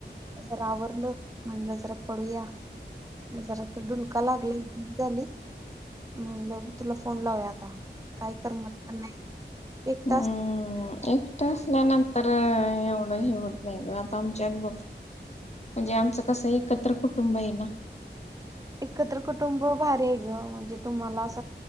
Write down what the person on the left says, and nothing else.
हूं एकट असल्यानंतर एवढं हे होत नाही गं आता आमच्यात बघ म्हणजे आमचं कसंय एकत्र कुटुंब आहे ना